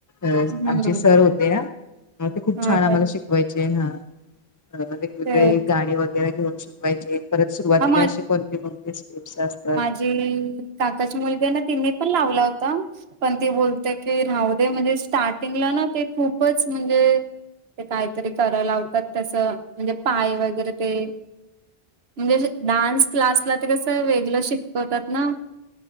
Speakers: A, on the left; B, on the right.
A: अ
B: हम्म
A: आमचे सर होते ना, ते खूप
B: हा
A: छान
B: काय
A: आम्हाला शिक- वायचे हा वेगवेगळे
B: ते
A: गाणी वगैरे घेऊन शिकवायचे. परत सुरुवातीला,
B: हा
A: असे कोणते, कोणते स्टेप्स असतात.
B: जी काकाची मुलगी आहे, ना तिनी पण लावला होता. पण ती बोलते की राहू दे, म्हणजे स्टार्टिंगला ना ते खूपच म्हणजे. ते काहीतरी कराया लावतात तसं म्हणजे पाय वगैरे ते. म्हणजे असे डांन्स क्लासला त कसं वेगलं शिकवतात ना.